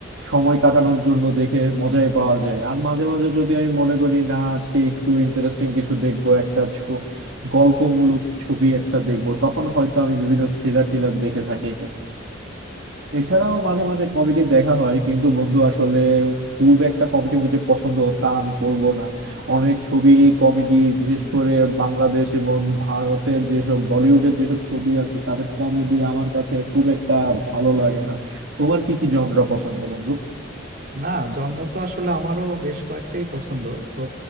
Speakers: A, on the right (about 75°); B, on the right (about 50°).
A: সময় কাটানোর জন্য দেখে মজাই পাওয়া যায় আর মাঝে মাঝে যদি আমি মনে করি না আজকে একটু ইন্টারেস্টিং কিছু দেখবো একটা ছ- গল্পমূলক ছবি একটা দেখবো তখন হয়তো আমি বিভিন্ন থ্রিলার টিলার দেখে থাকি এছাড়াও মাঝে মাঝে কমেডি দেখা হয় কিন্তু বন্ধু আসলে খুব একটা কমেডি মুভি যে পছন্দ তা আমি বলবো না অনেক ছবি কমেডি বিশেষ করে বাংলাদেশ এবং ভারতের যেসব বলিউডের যেসব ছবি আছে তাদের কমেডি আমার কাছে খুব একটা ভালো লাগে না তোমার কি কি জনরা পছন্দ বন্ধু
B: না জনরা তো আসলে আমারও বেশ কয়েকটাই পছন্দ তো